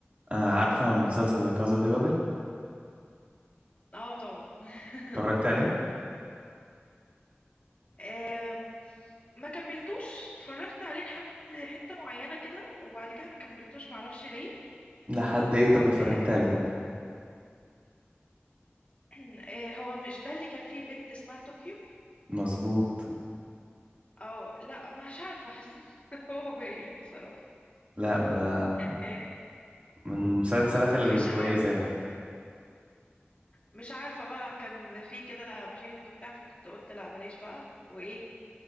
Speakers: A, on the right; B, on the left.
A: آه عارفه مسلسل لا كازا دي بابل
B: اه طبعا <laughs>
A: اتفرجت عليه
B: آم، ما كملتوش اتفرجت عليه لحد حتة معينة كده وبعد كده ما كملتوش معرفش ليه
A: لحد ايه طب اتفرجت
B: آه،
A: عليه
B: <clears throat> آه، هو مش ده اللي كان فيه بنت اسمها طوكيو
A: مظبوط
B: او لا مش عارفة حسيت <laughs> إن هو بايخ بصراحة
A: لا ده
B: يعني
A: من المسلسلات الكويسه
B: مش عارفة
A: يعني
B: مش عارفة بقى كان في كده مشاهد وبتاع فكنت قلت لا بلاش بقى وايه